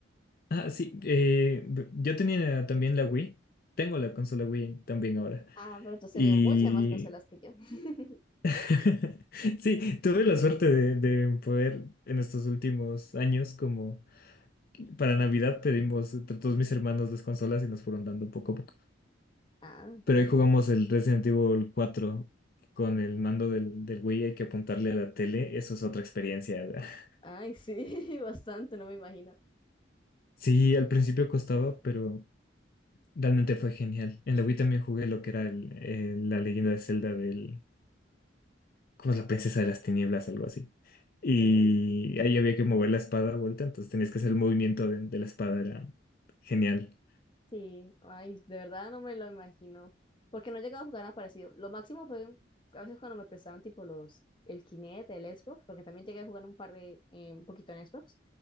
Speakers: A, on the left (about 50°); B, on the left (about 25°).
A: Ah, sí, eh, b- yo tenía también la Wii, tengo la consola Wii también ahora.
B: Ah, pero tú has tenido
A: Y
B: muchas más consolas que yo. <laughs>
A: <laughs> sí, tuve la suerte de, de poder en estos últimos años, como para Navidad pedimos entre todos mis hermanos las consolas y nos fueron dando poco a poco.
B: Ah,
A: Pero
B: imagínate.
A: ahí jugamos el Resident Evil cuatro con el mando del, del Wii, hay que apuntarle a la tele, eso es otra experiencia. ¿verdad? <laughs>
B: Ay, sí, <laughs> bastante, no me imagino.
A: Sí, al principio costaba, pero realmente fue genial. En la Wii también jugué lo que era el- el- la leyenda de Zelda del, ¿cómo es la princesa de las tinieblas, algo así. Y
B: Sí.
A: ahí había que mover la espada a vuelta, entonces tenías que hacer el movimiento de, de la espada, era genial.
B: Sí, ay, de verdad no me lo imagino. Porque no he llegado a jugar nada parecido. Lo máximo fue a veces cuando me prestaban tipo los, el Kinect, el Xbox, porque también llegué a jugar un par de, eh, un poquito en Xbox.